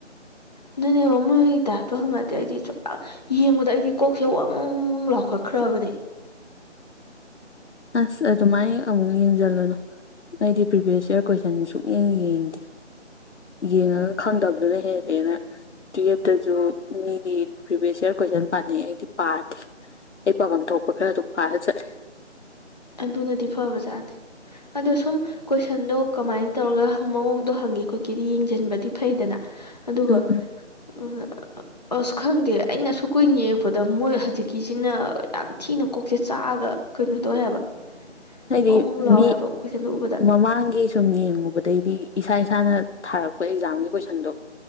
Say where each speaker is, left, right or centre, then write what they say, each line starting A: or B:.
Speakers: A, on the left; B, on the left.
A: ꯑꯗꯨꯅꯦꯕꯥ ꯃꯣꯏ ꯗꯥ ꯇꯣꯟ ꯒꯥꯗꯤ ꯑꯩꯗꯤ ꯁꯨ ꯌꯦꯡꯕꯗ ꯑꯩꯗꯤ ꯀꯣꯛꯁꯦ ꯋꯥꯡ ꯋꯥꯡ ꯂꯥꯎꯈꯠꯈ꯭ꯔꯕꯅꯦ
B: ꯑꯁ ꯑꯗꯨꯃꯥꯏꯅ ꯑꯃꯨꯛ ꯌꯦꯡꯁꯤꯜꯂꯨꯅꯣ ꯑꯩꯗꯤ ꯄ꯭ꯔꯤꯚꯤꯌꯁ ꯏꯌꯥꯔ ꯀꯣꯏꯁꯟ ꯁꯨꯛꯌꯦꯡ ꯌꯦꯡꯗꯦ ꯌꯦꯡꯉꯒ ꯈꯪꯗꯕꯗꯨꯅ ꯍꯦꯜꯂꯦꯅ ꯇꯨꯌꯦꯜꯞꯇꯁꯨ ꯃꯤꯗꯤ ꯄ꯭ꯔꯤꯚꯤꯌꯁ ꯏꯔ ꯀꯣꯏꯁꯟ ꯄꯥꯅꯩ ꯑꯩꯗꯤ ꯄꯥꯗꯦ ꯑꯩ ꯄꯥꯐꯝ ꯊꯣꯛꯄ ꯈꯔ ꯑꯗꯨꯝ ꯐꯔ ꯆꯠꯂꯦ
A: ꯑꯗꯨꯅꯗꯤ ꯐꯕꯖꯥꯠꯅꯤ ꯑꯗꯣ ꯁꯨꯝ ꯀꯣꯏꯁꯟꯗꯣ ꯀꯃꯥꯏꯅ ꯇꯧꯔꯒ ꯃꯑꯣꯡꯗꯣ ꯍꯪꯉꯦ ꯈꯣꯠꯀꯤꯦꯗꯤ ꯌꯦꯡꯁꯤꯟꯕꯗꯤ ꯐꯩꯗꯅ ꯑꯗꯨꯒ
B: ꯎꯝ
A: ꯑ ꯑꯁ ꯈꯪꯗꯦ ꯑꯩꯅ ꯁꯨꯛ ꯀꯨꯏꯅ ꯌꯦꯡꯉꯛꯄꯗ ꯃꯣꯏ ꯍꯧꯖꯤꯛꯀꯤꯁꯤꯅ ꯌꯥꯝ ꯊꯤꯅ ꯀꯣꯛꯁꯦ ꯆꯥꯛꯑꯒ ꯀꯩꯅꯣ ꯇꯧꯑꯦ ꯍꯥꯏꯕ
B: ꯍꯥꯏꯗꯤ
A: ꯋꯥꯉꯧ ꯉꯧ ꯂꯥꯎꯋꯦ
B: ꯃꯤ
A: ꯍꯥꯏꯕ ꯀꯣꯏꯁꯟꯗꯣ ꯎꯕꯗ
B: ꯃꯃꯥꯡꯒꯤ ꯁꯨꯝ ꯌꯦꯡꯉꯨꯕꯗꯩꯗꯤ ꯏꯁꯥ ꯏꯁꯥꯅ ꯊꯥꯔꯛꯄ ꯑꯦꯛꯖꯥꯝꯒꯤ ꯀꯣꯏꯁꯟꯗꯣ